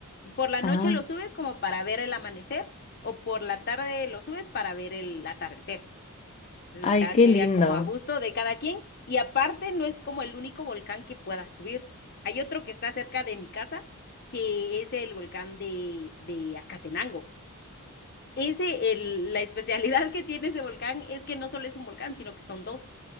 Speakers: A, on the left; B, on the left.
A: Por la noche
B: Ah,
A: lo subes como para ver el amanecer o por la tarde lo subes para ver el atardecer. Entonces
B: ay,
A: ya
B: qué
A: sería
B: lindo.
A: como a gusto de cada quien. Y aparte no es como el único volcán que pueda subir. Hay otro que está cerca de mi casa, que es el volcán de, de Acatenango. Ese, el- la especialidad que tiene ese volcán es que no solo es un volcán, sino que son dos.